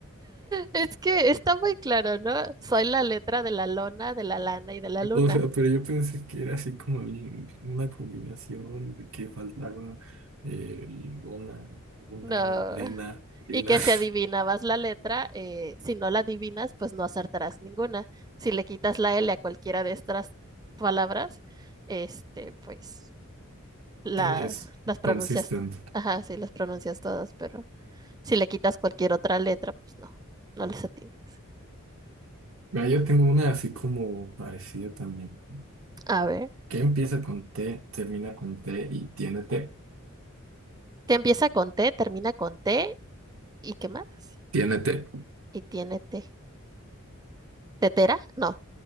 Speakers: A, on the right; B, on the right.
A: Es que está muy claro, ¿no? Soy la letra de la lona, de la lana y de la luna.
B: O sea, pero yo pensé que era así como el- una combinación de que faltaba eh, una, una,
A: No.
B: lena, lina.
A: Y que si
B: <laughs>
A: adivinabas la letra, eh, si no la adivinas, pues no acertarás ninguna. Si le quitas la L a cualquiera de estas palabras, este, pues la,
B: Sí, es
A: las pronuncias,
B: consistente.
A: ajá, sí, las pronuncias todas, pero si le quitas cualquier otra letra, pues no, no les atinas.
B: Mira, yo tengo una así como parecida también.
A: A ver,
B: Que empieza con T, termina con T y tiene T.
A: que empieza con T, termina con T, ¿y qué más?
B: Tiene T.
A: Y tiene T. ¿Tetera? No.